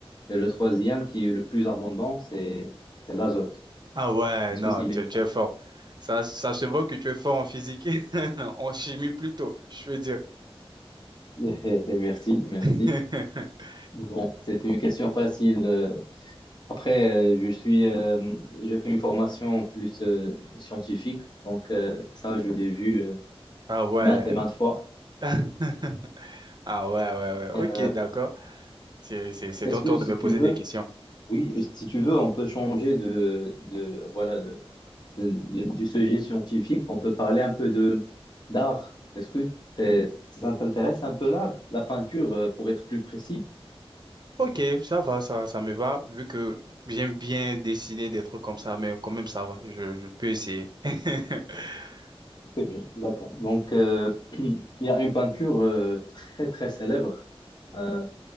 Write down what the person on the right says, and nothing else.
Ah ouais,
non,
tu,
tu es fort. Ça, ça se voit que tu es fort en physique, <laughs> en chimie plutôt, je veux dire.
<laughs>
Ah ouais.
<laughs> Ah ouais, ouais,
ouais. Ok, d'accord. C'est, c'est, c'est
ton tour
de me
poser
des questions.
Ok, ça va, ça, ça me va, vu que j'aime bien dessiner des trucs comme ça, mais quand même, ça va, je, je peux essayer. <laughs>